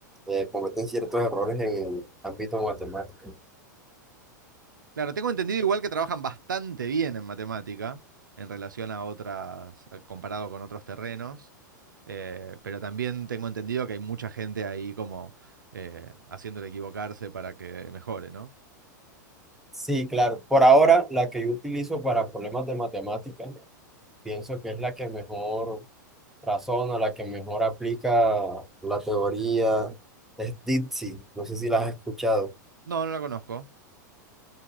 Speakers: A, in the centre; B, on the right.
A: eh, cometen ciertos errores en el ámbito matemático.
B: Claro, tengo entendido igual que trabajan bastante bien en matemática en relación a otras, eh, comparado con otros terrenos, eh, pero también tengo entendido que hay mucha gente ahí como eh, haciéndole equivocarse para que mejore, ¿no?
A: Sí, claro. Por ahora, la que yo utilizo para problemas de matemáticas, pienso que es la que mejor razona, la que mejor aplica la teoría, es DITSI. No sé si la has escuchado.
B: No, no la conozco.